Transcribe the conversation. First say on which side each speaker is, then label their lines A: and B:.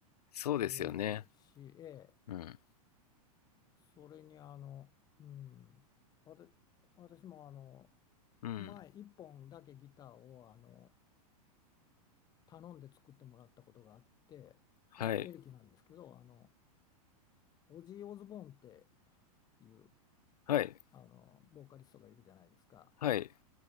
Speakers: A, on the left; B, on the left.
A: そうですよね。
B: ていうのもあるし、ええ、
A: うん。
B: それにあの、うん、わた私もあの
A: うん。
B: 前一本だけギターをあの頼んで作ってもらったことがあってそれエレキなんですけどあの
A: はい。
B: オジー・オズボーンっていう
A: はい。
B: あのボーカリストがいるじゃないですか。
A: はい。